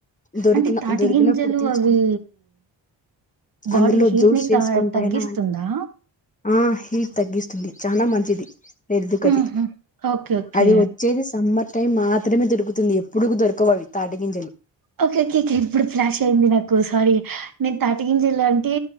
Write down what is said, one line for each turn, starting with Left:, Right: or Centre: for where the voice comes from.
Left: దొరికిన
Right: అంటే తాటి
Left: దొరికినప్పుడు
Right: గింజలు
Left: తీసుకో
Right: అవి బాడీ
Left: అందులో
Right: హీట్
Left: జ్యూస్
Right: ని
Left: చేసుకొని
Right: త-
Left: పైన
Right: తగ్గిస్తుందా
Left: ఆ హీట్ తగ్గిస్తుంది చనా మంచిది ఎరిదుకది
Right: ఉహు. ఓకే ఓకే
Left: అది వచ్చేది సమ్మర్ టైం మాత్రమే దొరుకుతుంది ఎప్పుడు దొరకవవి తాటిగింజలు
Right: ఓకే ఓకే కే ఇప్పుడు ఫ్లాష్ అయింది నాక్ ఇంకోసారీ నేను తాటికింజలు అంటి